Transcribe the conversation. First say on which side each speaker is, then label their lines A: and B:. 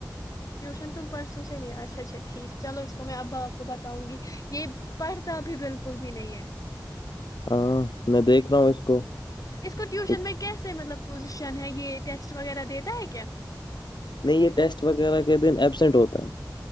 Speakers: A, on the left (about 50°); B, on the left (about 75°).
A: ٹیوشن تم پرسو سے نہیں اچھا اچھا ٹھیک چلو اس کو میں اب آپ کو بتاؤں گی یہ پڑھتا بھی بلکل بھی نہیں ہے
B: ہاں میں دیکھ رہا ہوں اس کو
A: اس کو ٹیوشن
B: کچھ
A: میں کیسے مطلب پوزیش ن ہے یہ ٹیسٹ وغیرہ دیتا ہے کیا
B: نہیں یہ ٹیسٹ وغیرہ کے دن ایبسنٹ ہوتا ہے